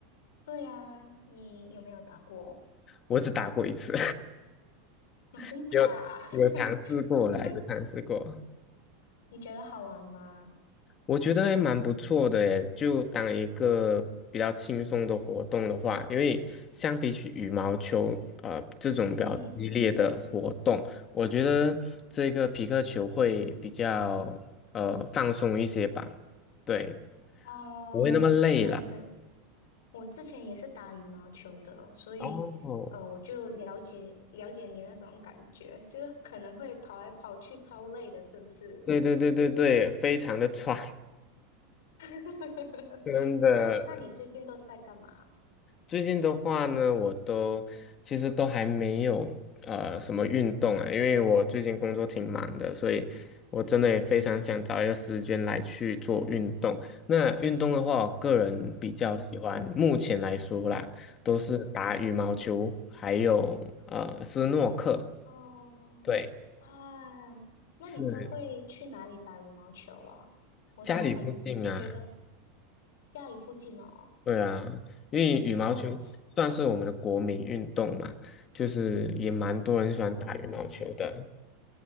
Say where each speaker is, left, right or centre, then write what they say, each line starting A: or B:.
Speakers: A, on the left (about 90°); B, on the left (about 20°).
A: 对啊，你有没有打过？
B: 我只打过一次，
A: <laughs> 啊，
B: <laughs>
A: 真假啊？
B: 有有尝试过啦，
A: <laughs> 你会
B: 有尝试过。
A: 你觉得好玩吗？
B: 我觉得还蛮不错的诶，就当一个比较轻松的活动的话，因为相比起羽毛球，呃，这种比较激烈的活动，
A: 嗯，
B: 我觉得这个皮克球会比较呃放松一些吧，对，
A: 哦、
B: 不会那么累啦。
A: 对对我之前也是打羽毛球的，所以呃，
B: 哦，
A: 我就了解了解你那种感觉，就是可能会跑来跑去，超累的，是不是？
B: 对对对对对对，非常的喘，
A: <laughs>
B: <laughs> 真的。
A: 那那你最近都在干嘛？
B: 最近的话呢，我都其实都还没有呃什么运动啊，因为我最近工作挺忙的，所以我真的也非常想找一个时间来去做运动。那运动的话，我个人比较喜欢，
A: 嗯
B: 目前来说啦，都是打羽毛球，
A: 嗯，
B: 还有呃斯诺克，
A: 哦啊，
B: 对，
A: 那你都会去哪里打羽毛球啊？
B: 是
A: 我都很，
B: 家里附嗯近啊，
A: 我觉得家里附近哦，
B: 对啊，因为羽毛球算是我们的国民运动嘛，
A: 哦是
B: 就是也蛮多人喜欢打羽毛球的。
A: 哦，